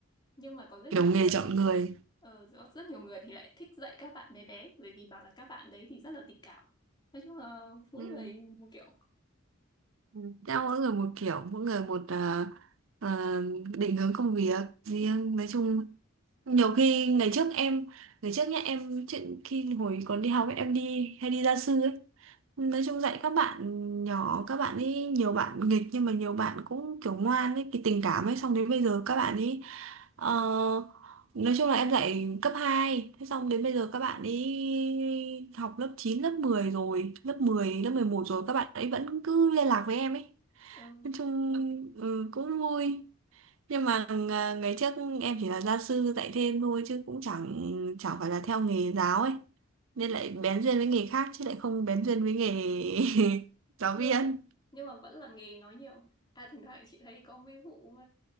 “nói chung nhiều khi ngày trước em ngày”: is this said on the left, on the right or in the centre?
Right